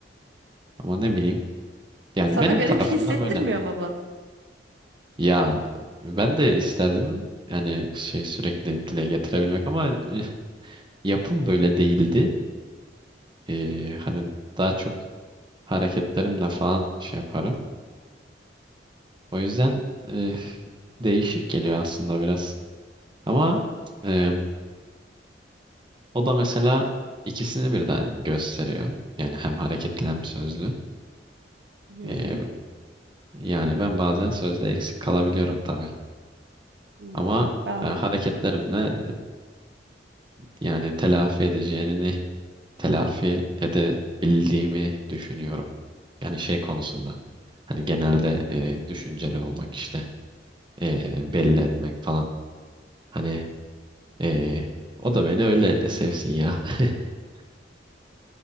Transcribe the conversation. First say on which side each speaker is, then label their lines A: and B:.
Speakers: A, on the right; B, on the right.
A: ama ne bileyim. Yani
B: sana
A: benim
B: garip
A: tarafımda
B: <laughs> hissettirmiyor
A: böyle.
B: mu bu?
A: Ya ben de isterdim yani şey sürekli dile getirebilmek ama e, yapım böyle değildi. E, hani daha çok hareketlerimle falan şey yaparım. O yüzden eh, değişik geliyor aslında biraz. Ama eh, o da mesela ikisini birden gösteriyor. Yani hem hareketli hem sözlü.
B: Hı
A: Eh,
B: hı.
A: yani ben bazen sözde eksik kalabiliyorum tabii.
B: Hmm,
A: Ama
B: anladım.
A: eh, hareketlerimle eh, yani telafi edeceğini telafi edebildiğimi düşünüyorum. Yani şey konusunda. Hani genelde eh, düşünceli olmak işte eh, belli etmek falan. Hani Ee, o da beni öyle sevsin ya. <laughs>